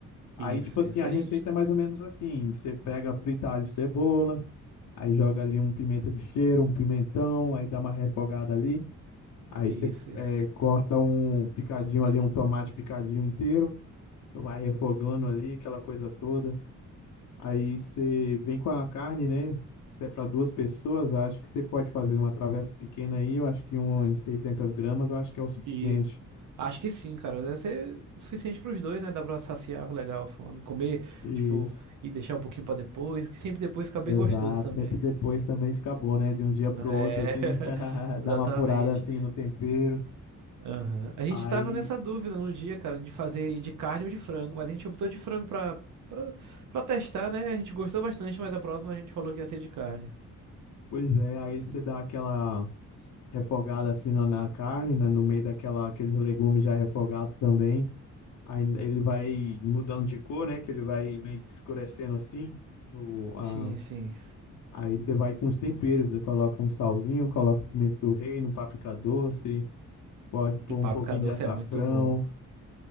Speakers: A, on the left; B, on the right.
A: Aí,
B: Isso,
A: tipo assim,
B: isso.
A: a
B: A
A: receita
B: gente.
A: é mais ou menos assim: você pega, frita alho e cebola, aí joga ali um pimenta de cheiro, um pimentão, aí dá uma refogada ali. Aí
B: Isso,
A: você
B: isso.
A: eh, corta um picadinho ali, um tomate picadinho inteiro, vai refogando ali, aquela coisa toda. Aí você vem com a carne, né? Se é para duas pessoas, acho que você pode fazer uma travessa pequena aí, eu acho que um em 600 gramas, eu acho que é o suficiente.
B: E acho que sim, cara. Deve ser o suficiente pros dois, né? Dá pra saciar legal a fome. Comer,
A: Isso.
B: tipo, e deixar um pouquinho pra depois, que sempre depois fica bem
A: Exato,
B: gostoso também.
A: sempre depois também fica bom, né? De um dia pro
B: É,
A: outro, assim,
B: <laughs>
A: <laughs>
B: exatamente.
A: dá uma apurada assim no tempero.
B: Aham. A gente
A: Aí,
B: tava nessa dúvida no dia, cara, de fazer de carne ou de frango, mas a gente optou de frango pra, pra, pra testar, né? A gente gostou bastante, mas a próxima a gente falou que ia ser de carne.
A: pois é, aí você dá aquela refogada assim na, na carne, né? No meio daquela, aqueles legumes já refogados também. Aí ele vai mudando de cor, né? Que ele vai meio que escurecendo assim. O, a...
B: Sim, sim.
A: Aí você vai com os temperos, você coloca um salzinho, coloca o pimento do reino, páprica doce, pode pôr
B: E páprica
A: um pouquinho
B: doce
A: de açafrão.
B: é muito bom.